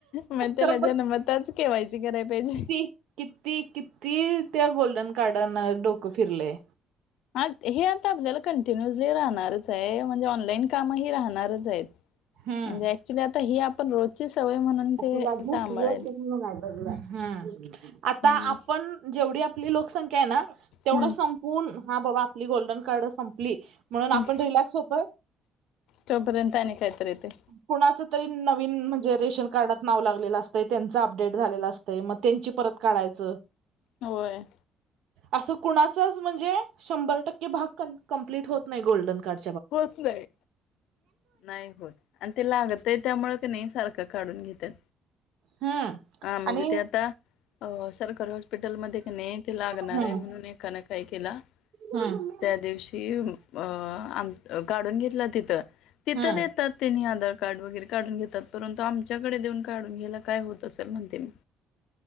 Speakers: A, on the left; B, on the right.
A: म त्याला
B: तर
A: जनमताच, केवायसी कराया पाहिजे.
B: किती-किती त्या गोल्डन कार्डना डोकं फिरलंय.
A: आ हे आता आपल्याला कंटिन्युअसली राहणारच आहे, म्हणजे ऑनलाईन कामही राहणारच हयेत.
B: हम्म
A: म्हणजे ऍक्च्युली आता ही आपण रोजची सवय म्हणून
B: आपुला
A: ते
B: झोप
A: सांभाळेल
B: <unintelligible> म्हणून बघलं, हा आता
A: हम्म
B: आपण जेवढी आपली लोकसंख्या आहे ना? तेवढं
A: हम्म
B: संपून हा बाबा आपली गोल्डन कार्ड संपली, म्हणून आपण
A: हम्म
B: रिलॅक्स होतोय.
A: तोपर्यंत अनिक कायतरी येतंय.
B: कुणाच तरी नवीन म्हणजे रेशन कार्डात नाव लागलेलं असत त्यांच अपडेट झालेलं असत मग त्यांची परत काढायच.
A: होय
B: असं कुणाचच म्हणजे शंभर टक्के भाग कंप्लीट होत नाही गोल्डन कार्ड
A: होत नाही नाही होत आणि ते लागत. ते त्यामुं क नाही सारखं काढून घेतात
B: हम्म
A: हा म्हणजे
B: आणि
A: ते आता अ सरकारी हॉस्पिटलमध्येध्ये का नाही ते लागणार
B: हम्म
A: आहे म्हणून एका नाही काय केला.
B: हम्म
A: त्या दिवशी अ आम काढून घेतला तिथं तिथंेत.
B: हम्म
A: ात त्यांनी आधार कार्ड वगैरे काढून घेतात परंतु आमच्याकडे देऊन काढून घ्यायला काय होत असेल म्हणते मी